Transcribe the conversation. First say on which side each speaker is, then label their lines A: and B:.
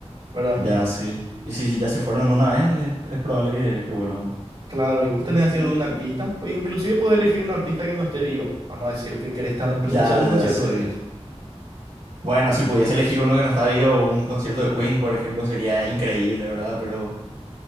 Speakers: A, on the right; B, on the right.
A: ¿verdad?
B: ya sí. Y si si ya se fueron una vez, es es probable que, que vuelvan.
A: Claro, y vos tenés así
B: Y
A: algún artista, pues inclusive podés elegir un artista que no esté vivo, vamos a decir que querés estar presenciar
B: ya,
A: un concierto
B: ya sé.
A: de ellos.
B: Bueno, si pudiese elegir uno que no está vivo, un concierto de Queen, por ejemplo, sería increíble, ¿verdad? Pero